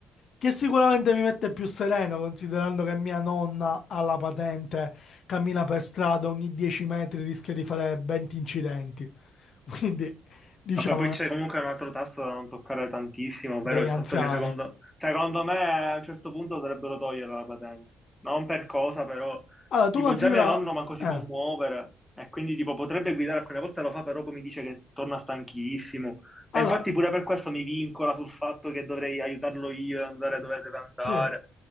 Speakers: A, on the left (about 55°); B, in the centre.
A: che sicuramente mi mette più sereno considerando che mia nonna ha la patente, cammina per strada ogni 10 metri rischia di fare 20 incidenti, <laughs> quindi diciamo
B: Vabbè, poi c'è comunque un altro tasto da non toccare tantissimo, ovvero
A: degli
B: il
A: anziani.
B: fatto che secondo, secondo me a un certo punto dovrebbero togliere la patente. Non per cosa, però,
A: Allora tu
B: tipo
A: considera...
B: già mio nonno manco si
A: Eh,
B: può muovere e quindi tipo potrebbe guidare, alcune volte lo fa, però poi mi dice che torna stanchissimo.
A: allora,
B: E infatti pure per questo mi vincola sul fatto che dovrei aiutarlo io ad andare dove deve andare.
A: sì.